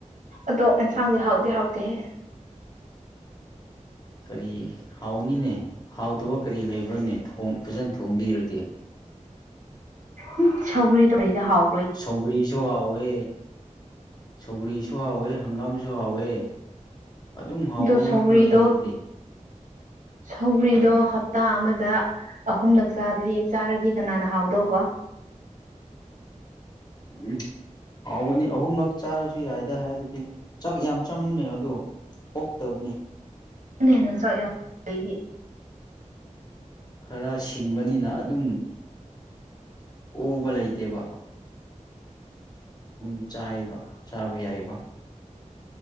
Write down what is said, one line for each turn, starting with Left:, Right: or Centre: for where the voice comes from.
Right: ꯑꯗꯣ ꯑꯦꯟꯁꯥꯡꯗꯤ ꯍꯥꯎꯗꯤ ꯍꯥꯎꯇꯦꯍꯦ
Left: ꯀꯔꯤ ꯍꯥꯎꯅꯤꯅꯦ ꯍꯥꯎꯗꯕ ꯀꯔꯤ ꯂꯩꯕ꯭ꯔꯥꯅꯦ ꯊꯣꯡ ꯐꯖꯅ ꯊꯣꯡꯕꯤꯔꯗꯤ
Right: ꯎꯝ ꯁꯧꯒꯔꯤꯗꯣ ꯀꯔꯤꯗ ꯍꯥꯎ
Left: ꯁꯧꯒ꯭ꯔꯤꯁꯨ ꯍꯥꯎꯋꯦ ꯁꯧꯒ꯭ꯔꯤꯁꯨ ꯍꯥꯎꯋꯦ ꯍꯪꯒꯥꯝꯁꯨ ꯍꯥꯎꯋꯦ ꯑꯗꯨꯝ ꯍꯥꯎꯕ
Right: ꯑꯗꯣ
Left: ꯉꯥꯛꯇꯅꯦ
Right: ꯁꯧꯒ꯭ꯔꯤꯗꯣ
Left: ꯑꯩꯒꯤꯗꯤ
Right: ꯁꯧꯒ꯭ꯔꯤꯗꯣ ꯍꯞꯇꯥ ꯑꯃꯗ ꯑꯍꯨꯝꯂꯛ ꯆꯥꯗꯗꯤ ꯆꯥꯔꯗꯤ ꯀꯅꯥꯅ ꯍꯥꯎꯗꯧꯕ <inaudible>
Left: ꯎꯝ ꯍꯥꯎꯒꯅꯤ ꯑꯍꯨꯝꯂꯛ ꯆꯥꯔꯁꯨ ꯌꯥꯏꯗ ꯍꯥꯏꯕꯗꯤ ꯆꯥꯛ ꯌꯥꯝ ꯆꯪꯕꯅꯦ ꯑꯗꯣ ꯑꯣꯛꯇꯕꯅꯤ
Right: ꯍꯦꯟꯅ ꯆꯥꯛ ꯌꯥꯝ ꯑꯩꯗꯤ
Left: ꯈꯔ ꯁꯤꯡꯕꯅꯤꯅ ꯑꯗꯨꯝ ꯑꯣꯕ ꯂꯩꯇꯦꯕ ꯑꯗꯨꯝ ꯆꯥꯏꯕ ꯆꯥꯕ ꯌꯥꯏꯕ